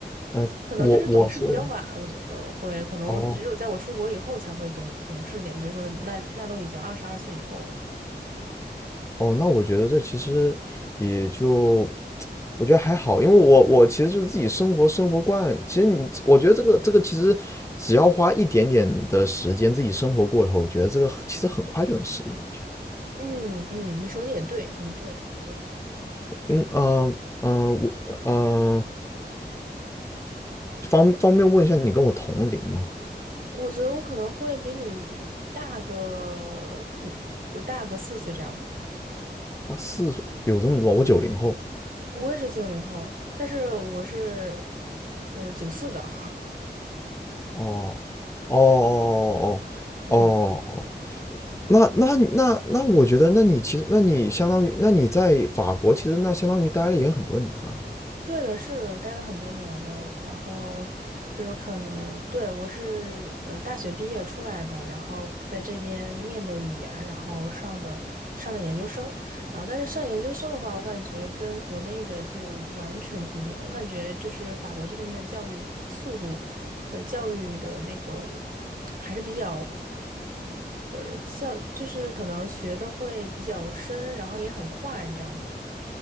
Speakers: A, on the left; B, on the right.
A: 呃，
B: 可能就是懂事比较晚，
A: 我我是
B: 我觉得会，可能只有在我出国以后才会懂懂事点，
A: 哦，
B: 比如说那那都已经二十二岁以后了。
A: 哦，那我觉得这其实也就，我觉得还好，因为我我其实就是自己生活生活惯，其实你我觉得这个这个其实只要花一点点的时间自己生活过以后，我觉得这个其实很快就能适应。我觉
B: 嗯嗯，你说的也对，很对，对，
A: 得，因嗯嗯呃我呃方方便问一下，你跟我同龄吗？
B: 我觉得我可能会比你大个五，我大个四岁这样子。
A: 大四岁，有这么多吗？我九零后。
B: 我也是九零后，但是我是呃九四的。<laughs>
A: 哦哦哦哦哦哦，
B: 嗯，
A: 那那那那，我觉得，那你其实，那你相当于，那你在法国，其实那相当于待了也很多年了。
B: 对的，是的，待了很多年了，然后就是可能，对，我是呃大学毕业出来的，然后在这边念的语言，然后上的上的研究生，然后但是上研究生的话，我感觉跟国内的就完全不一样，我感觉就是法国这边的教育速度，呃，教育的那个还是比较。呃，教就是可能学的会比较深，然后也很快这样子。